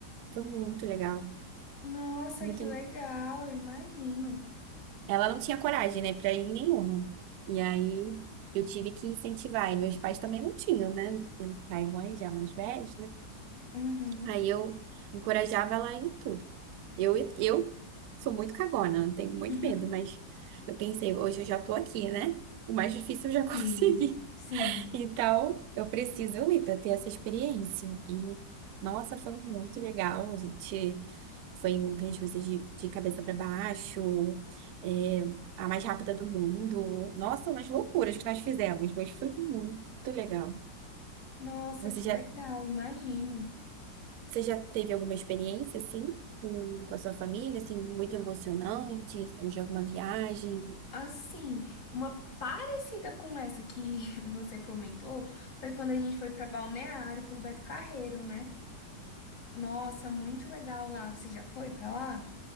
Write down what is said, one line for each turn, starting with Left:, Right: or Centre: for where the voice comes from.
Right: foi muito legal.
Left: Nossa,
Right: Muito...
Left: que legal, eu imagino.
Right: Ela não tinha coragem, né, para ir em nenhuma. E aí eu tive que incentivar, e meus pais também não tinham, né? Pai e mãe já mais velhos, né?
Left: Uhum.
Right: Aí eu encorajava ela em tudo. Eu, eu sou muito cagona, tenho muito
Left: <laughs>
Right: medo, mas eu pensei, hoje eu já tô aqui, né? O mais difícil eu já <laughs> consegui.
Left: Sim, sim.
Right: Então, eu preciso ir para ter essa experiência. E, nossa, foi muito legal. A gente foi em montanhas russas de, de cabeça para baixo, é, a mais rápida do mundo. Nossa, umas loucuras que nós fizemos, mas foi muito legal.
Left: Nossa,
Right: Você
Left: que
Right: já
Left: legal, imagino.
Right: Você já teve alguma experiência, assim, com, com a sua família, assim, muito emocionante, de alguma viagem?
Left: Assim, uma parecida com essa que <laughs> você comentou foi quando a gente foi para Balneário pro Beto Carreiro, né? Nossa, muito legal lá. Você já foi pra lá?